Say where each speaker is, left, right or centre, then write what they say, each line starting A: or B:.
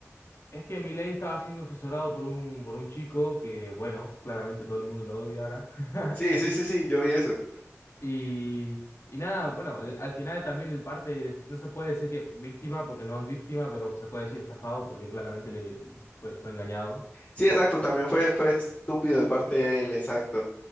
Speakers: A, on the left; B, on the left.
A: es que Milei estaba siendo asesorado por un, por un chico que, bueno, claramente todo el mundo lo odia ahora.
B: Sí, sí, sí,
A: <laughs>
B: sí, yo vi eso.
A: Y, y nada, bueno, al al final también el parte, del est- no se puede decir que víctima porque no es víctima, pero se puede decir estafado porque claramente le, fue, fue engañado.
B: Sí, exacto, también fue, fue estúpido de parte de él, exacto.